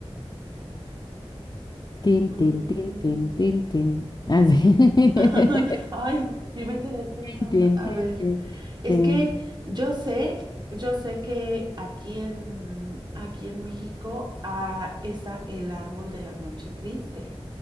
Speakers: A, on the left; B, on the right.
A: Tin,
B: Mm.
A: tin, tin, tin, tin, tin. Así. <laughs>
B: <laughs> Ay, sí me quedé pensando.
A: Tin, tin,
B: A
A: tin,
B: ver.
A: tin, tin,
B: Es
A: tin.
B: que yo sé, yo sé que aquí en, aquí en México ah, está el árbol de la noche triste.